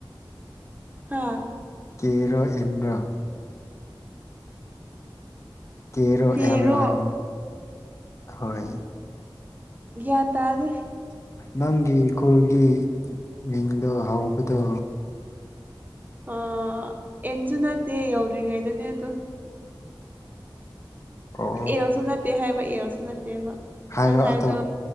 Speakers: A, on the right; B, on the left.
A: ꯍꯥ
B: ꯀꯦꯔꯣ ꯑꯦꯟꯔꯣ ꯀꯦꯔꯣ
A: ꯀꯦꯔꯣ
B: ꯑꯦꯜꯔꯣ ꯍꯥꯏꯕꯅꯦ ꯈꯣꯏ
A: ꯒ꯭ꯌꯥꯟ ꯇꯥꯗꯦ
B: ꯅꯪꯒꯤ ꯈꯨꯜꯒꯤ ꯃꯤꯡꯗꯣ ꯍꯧꯕꯗꯣ
A: ꯑ ꯑꯦꯟꯖꯨ ꯅꯠꯇꯦ ꯌꯧꯗ꯭ꯔꯤꯉꯩꯗꯅꯦ ꯑꯗꯣ
B: ꯑꯣ
A: ꯑꯦꯜꯖꯨ ꯅꯠꯇꯦ ꯍꯥꯏꯕ ꯑꯦꯜꯁꯨ ꯅꯠꯇꯦꯕ
B: ꯍꯥꯏꯔꯣ
A: ꯅꯪ ꯍꯥꯏꯕꯗꯣ
B: ꯑꯗꯣ